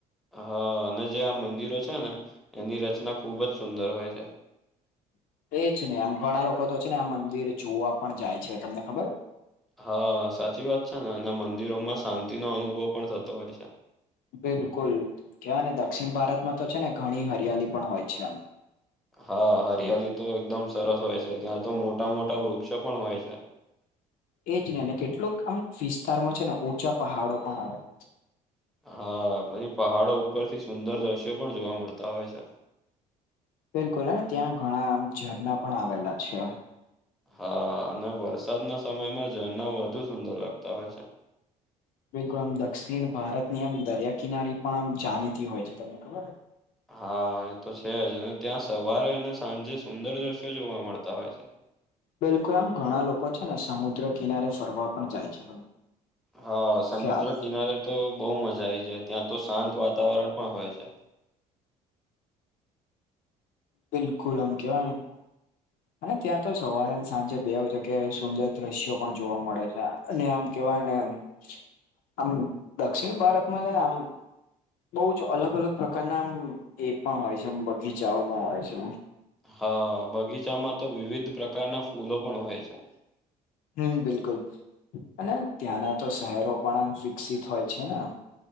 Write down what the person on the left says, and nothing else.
એ જ ને આમ ઘણા લોકો તો છેને, આ મંદિર જોવા પણ જાય છે તમને ખબર
બિલકુલ કહેવાયદક્ષિણ ભારતમાં તો છે ને ઘણી હરિયાળી પણ હોય છે, આમ
એજ ન અને કેટલુંક આમ વિસ્તારમાં છેને, ઓછા પહાડો પણ આવેલા
બિલકુલ અને ત્યાં ઘણા ઝરણા પણ આવેલા છે.
બિલકુલ આમ દક્ષિણ ભારતની આમ દરિયા કિનારી પણ આમ જાણીતી હોય છે, તમને ખબર
બિલકુલ આમ ઘણા લોકો છેને, સમુદ્ર કિનારે ફરવા પણ જાય છે.
ખ્યાલ
જ
બિલકુલ આમ કહેવાય ને અને ત્યાં તો સવારેને સાંજે બે જગ્યાએ સુંદર દ્રશ્યો પણ જોવા મળે છે, અને આમ કહેવાય ન
આમ દક્ષિણ ભારતમા છે ને આમ બઉ જ અલગ અલગ પ્રકારના આમ એ પણ હોય છેબગીચાઓ પણ હોય છે.
હમ્મ બિલકુલ અને ત્યાંના તો શહેરો પણ આમ વિકસિત હોય છે ને આમ